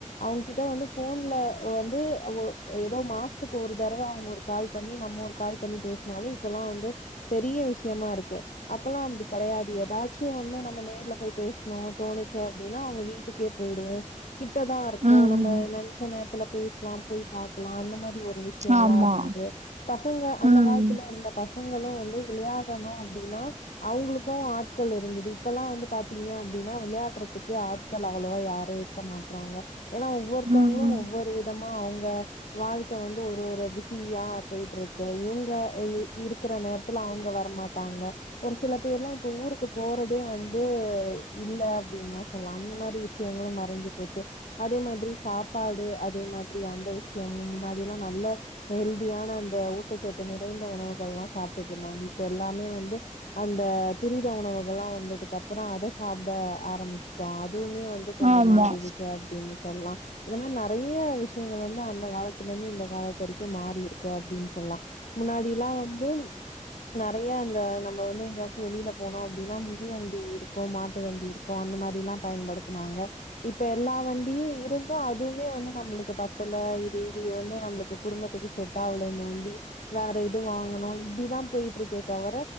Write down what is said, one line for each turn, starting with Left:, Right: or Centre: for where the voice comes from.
Left: அவுங்கிட்ட வந்து போன்ல வந்து ஒ ஏதோ மாசத்துக்கு ஒரு தடவ அவங்க ஒரு கால் பண்ணி நம்ம ஒரு கால் பண்ணி பேசினாலே இப்பல்லாம் வந்து பெரிய விஷயமா இருக்கு அப்பெல்லா அப்டி கெடையாது ஏதாச்சு ஒன்னு நம்ம நேர்ல போய் பேசணும் தோணுச்சு அப்பிடின்னா அவுங்க வீட்டுக்கே போயிடுவோம் கிட்டதான் இருக்கும்
Right: ம் ம்
Left: நம்ம
Right: ம்
Left: நினைச்ச நேரத்துல பேசலாம் போய் பாக்கலாம் அந்த மாரி ஒரு விஷயல்லாம்
Right: ஆமா
Left: இருந்தது பசங்க அந்த
Right: ம்
Left: காலத்துல இருந்த பஸ் பசங்களும் வந்து விளையாடணு அப்பிடின்னா அவுங்களுக்கும் ஆட்கள் இருந்தது இப்பல்லா வந்து பாத்தீங்க அப்பிடின்னா விளையாடுறதுக்கே ஆட்கள் அவ்ளோவா யாரு க மாட்றாங்க ஏன்னா ஒவ்வொருத்தவங்களும்
Right: ம்
Left: ஒவ்வொரு விதமா அவுங்க வாழ்க்கை வந்து ஒரு ஒரு பிஸியா போயிட்டு இருக்கு இவுங்க இருக்கிற நேரத்துல அவுங்க வரமாட்டாங்க ஒரு சில பேர்லாம் இப்ப ஊருக்கு போறதே வந்து இல்ல அப்பிடின்னு தா சொல்லாம் அந்த மாரி விஷயங்களும் மறைஞ்சு போச்சு அதே மாதிரி சாப்பாடு அதே மாதிரி அந்த விஷயமும் முன்னாடி எல்லா நல்ல ஹெல்தியான அந்த ஊட்டச்சத்து நிறைந்த உணவுகள்லாம் சாப்புட்டுட்டு இருந்தாங்க இப்ப எல்லாமே வந்து அந்த துரித உணவுகள்லா வந்ததுக்கு அப்புறம் அதை சாப்ட ஆரம்பிச்சட்டோம் அதுவுமே வந் து கொஞ்ச
Right: ஆமா
Left: மாறிடு அப்பிடின்னு சொல்லாம் இத மாரி நெறைய விஷயங்கள் வந்து அந்த காலத்துல இருந்து இந்த காலத்து வரைக்கும் மாறி இருக்கு அப்பிடின் சொல்லாம் முன்னாடிலா வந்து நெறைய இந்த நம்ம வந்து எங்கேயாச்சு வெளில போனு அப்பிடின்னா மிதி வண்டி இருக்கும் மாட்டு வண்டி இருக்கும் அந்த மாதிரி எல்லாம் பயன்படுத்தினாங்க இப் இப்ப எல்லா வண்டியு இருந்தும் அதுமே வந்து நம்மளுக்கு பத்தல இது இது இது வந்து நம்மளுக்கு குடும்பத்துக்கு செட் ஆவுல இந்த வண்டி வேற இது வாங்கணு இப்பிடிதான் போயிட்டு இருக்கே தவர